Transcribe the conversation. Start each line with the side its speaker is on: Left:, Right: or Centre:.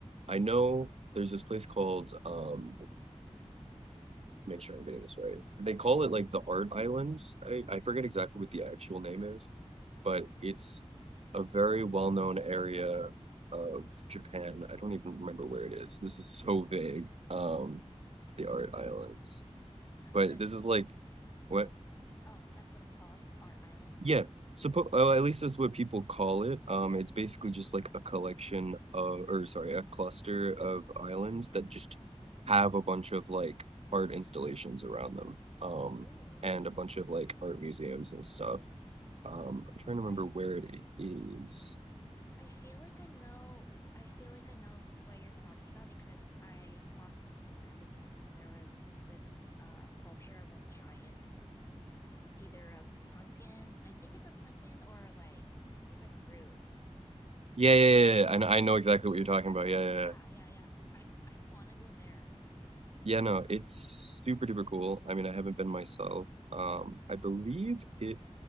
Right: I know there's this place called um, make sure I'm getting this right. They call it like the Art Islands. I, I forget exactly what the actual name is, but it's a very well-known area of Japan. I don't even remember where it is. This is so vague. Um, the Art Islands
Left: That's
Right: but
Left: what it's,
Right: this is like what
Left: oh, that's what it's called, the Art Islands.
Right: yeah suppo oh, at least that's what people call it um it's basically just like a collection of or sorry a cluster of islands that just have a bunch of like art installations around them um
Left: Ooh.
Right: and a bunch of like art museums and stuff um I'm trying to remember
Left: I, f-
Right: where it is
Left: I feel like I know, I feel like I know what you're talking about because I saw something in a magazine and there was this uh, sculpture of a giant either a pumpkin, I think it's a pumpkin or like some type of fruit
Right: yeah
Left: with
Right: yeah
Left: the little
Right: yeah,
Left: dots
Right: yeah. I know, I
Left: on
Right: know
Left: it.
Right: exactly what you're talking about yeah yeah
Left: Yeah,
Right: yeah
Left: yeah, yeah. I I want to go there.
Right: yeah no it's super duper cool I mean I haven't been myself um I believe it